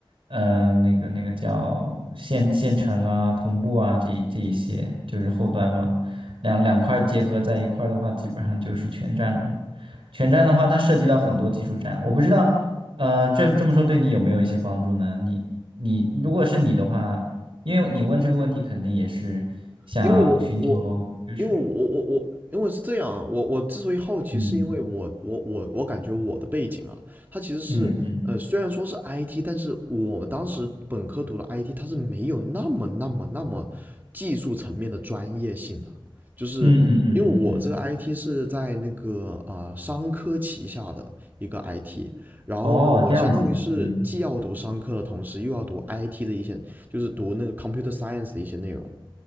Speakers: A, on the right; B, on the right.
A: 嗯、呃那个那个叫线线程啊、同步啊，这一这一些就是后端嘛，两两块儿结合在一块儿的话，基本上就是全站了。全站的话，它涉及到很多技术站，我不知道，呃，这这么说对你有没有一些帮助呢？你你如果是你的话，因为你问这个问题，肯定也是想寻求，
B: 因为我我因为我我我因为是这样啊，
A: 就是
B: 我我之所以好奇，
A: 嗯
B: 是因为我我我我感觉我的背景啊，它其实是呃虽然说是
A: 嗯嗯
B: IT，但是我们当时本科读的 IT，它是没有那么那么那么技术层面的专业性的，就是因为我这个
A: 嗯嗯嗯嗯嗯，嗯
B: IT 是在那个啊、呃商科旗下的一个 IT，然后呢，
A: 哦，
B: 我相当于是既要读商科的同时，
A: 这样子，嗯
B: 又要读 IT 的一些，就是读那个 computer science 的一些内容。